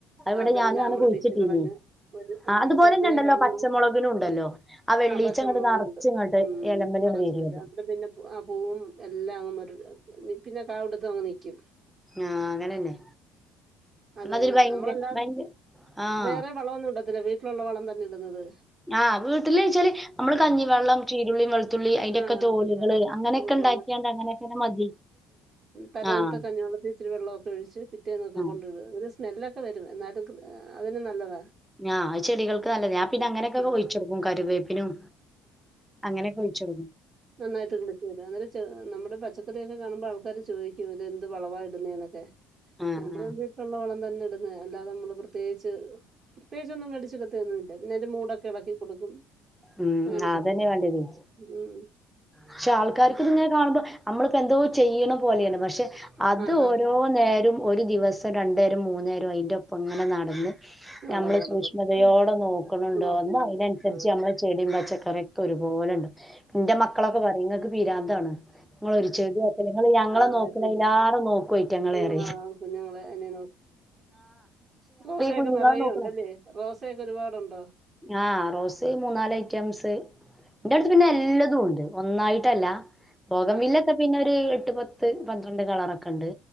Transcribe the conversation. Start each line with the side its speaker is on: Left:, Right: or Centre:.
Centre: അത് ഇവിടെ
Right: അതെല്ലാം
Centre: ഞാനും അങ്ങനെ
Right: അമ്മള്
Centre: കുഴിച്ചിട്ടീനി
Right: പിച്ചി കളഞ്ഞ് ഒരു ആഹ്
Centre: അതുപോലെന്നെ
Right: ചെറുതിനിനെ
Centre: ഇണ്ടല്ലോ
Right: കാണണം
Centre: പച്ചമുളകിനും ഉണ്ടല്ലോ
Right: ഉം
Centre: ആ വെള്ളീച്ച
Right: ആഹ് പച്ചമുളകും
Centre: അങ്ങട്ട് നറച്ച്
Right: ഉണ്ട്
Centre: ഇങ്ങട്ട്
Right: ഉം
Centre: എലമ്മലണ്ട്
Right: മറച്ചു
Centre: വരും
Right: വരി
Centre: അത്
Right: അ പിന്നെ ആഹ് പൂവും എല്ലാം അങ്ങ് പിന്നെ കാവിടുത്ത് അങ്ങ് നിക്കും
Centre: ആഹ് അങ്ങനെന്നെ
Right: അതെനെ
Centre: അതൊരു ഭയങ്കര
Right: നമ്മളെല്ലാം
Centre: ഭയങ്കര ആഹ്
Right: വേറെ വളം ഒന്നും ഇടത്തില്ല വീട്ടിലുള്ള വളം തന്നെ ഇടുന്നത്
Centre: ആഹ് വീട്ടില്ച്ചാല് നമ്മള് കഞ്ഞിവെള്ളം ചീരുള്ളി വെള് ത്തുള്ളി അഷിന്റൊക്കെ
Right: ആഹ്
Centre: തോലുകള്
Right: അതൊക്കെ
Centre: അങ്ങനെയൊക്കെ
Right: കിട്ടൂല
Centre: ഉണ്ടാക്കിയാണ്ട് അങ്ങനെയൊക്കനെ മതി
Right: തലേനത്തത്തെ
Centre: ആഹ്
Right: കഞ്ഞാളത്തി ഇച്ചിരി വെള്ളമൊക്കെ ഒഴിച്ച് പിറ്റേന്നൊക്കെ
Centre: ആഹ്
Right: കൊണ്ട്ട ഒരു സ്മെല്ലൊക്കെ വരും എന്നാലും അതിന് നല്ലതാ
Centre: ഞാ ആ ചെടികൾക്ക് നല്ലത് ഞാൻ പിന്നെ അങ്ങനെയൊക്കെ
Right: ആ
Centre: ഒഴിച്ചെടുക്കും കരുവേപ്പിനും അങ്ങനെയൊക്കെ ഒഴിച്ചൊട്ക്കും
Right: നന്നായിട്ടന്നെ ഇവ്ടെ വന്നിട്ട് ചെ നമ്മുടെ പച്ചക്കറിയൊക്കെ കാണുമ്പോൾ ആൾക്കാര് ചോദിക്കും ഇതെന്ത് വളവാ ഇടുന്നേ എന്നൊക്കെ
Centre: ആഹ്
Right: ഞാൻ പറയു
Centre: ആഹ്
Right: വീട്ട്ല്ള്ളെ വളം തന്നെ ഇടുന്നെ അല്ലാതെ നമ്മള് പ്രത്യേകിച്ച് പ്രത്യേകിച്ചൊന്നും കടിച്ച്കൊത്തേന്നും ഇല്ല പിന്നതിന്റെ മൂടൊക്കെ ഇളക്കി കൊടുക്കും
Centre: ഉം
Right: അങ്ങനെക്കെ
Centre: അതന്നെ വേണ്ടിയത്
Right: ഉം
Centre: പക്ഷെ ആൾക്കാർക്ക്
Right: ഉം.
Centre: ഇതുങ്ങനെ കാണുമ്പോ നമ്മളിപ്പോ എന്തോ ചെയ്യണ പോലെയാണ് പഷെ അത്
Right: ആഹാ
Centre: ഓരോ നേരം ഒരു ദിവസം രണ്ടേരം മൂന്ന നേരം അയിന്റെ ഒപ്പം ഇങ്ങനെ നടന്ന്
Right: നടന്ന്
Centre: ഞമ്മള്
Right: നടന്ന്
Centre: സൂക്ഷ്മതയോടെ
Right: ആ,
Centre: നോക്ക്ണിണ്ടോ
Right: നോക്കുന്നുണ്ട്
Centre: എന്ന അതിനനുസരിച്ച്
Right: ആ
Centre: നമ്മൾ ചെടിയും പച്ചക്കറിയൊക്കെ ഒരുപോലെ ഉണ്ട് എന്റെ മക്കളൊക്കെ പറയും നിങ്ങക്ക് പിരാന്താണ് നിങ്ങളൊരു ചെടിയോക്കല് ഇങ്ങള് ഞങ്ങളെ
Right: ആ
Centre: നോക്കണില്ലാ
Right: ശരി
Centre: എല്ലാവാരും നോക്കുവയിക്ക ഞങ്ങളെ
Right: ക്കുന്ന
Centre: അറിയ
Right: കുഞ്ഞുങ്ങള് എന്നെ റോസയൊക്കെ
Centre: കുഞ്ഞുങ്ങളെ
Right: നിറയെ
Centre: നോക്കണ
Right: ഉണ്ടല്ലേ റോസയക്കെ ഒരുപാടുണ്ടോ
Centre: ആഹ് റോസ് മൂന്നാല് ഐറ്റംസ് എന്റെ അടുത്ത് പിന്നെ
Right: ആ.
Centre: എല്ലാതും ഉണ്ട് ഒന്നായിട്ടല്ല ഭോഗം
Right: ആഹാ
Centre: വില്ലൊക്കെ പിന്നെ ഒരു എട്ട് പത്ത് പന്ത്രണ്ട് കളറൊക്കെ ഉണ്ട്